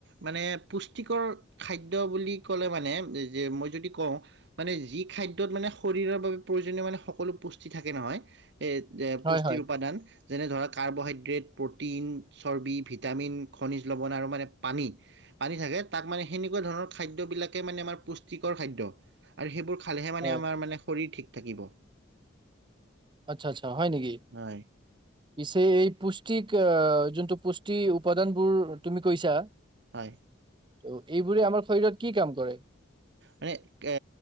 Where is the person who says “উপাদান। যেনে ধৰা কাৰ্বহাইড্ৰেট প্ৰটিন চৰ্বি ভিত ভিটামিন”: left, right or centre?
Right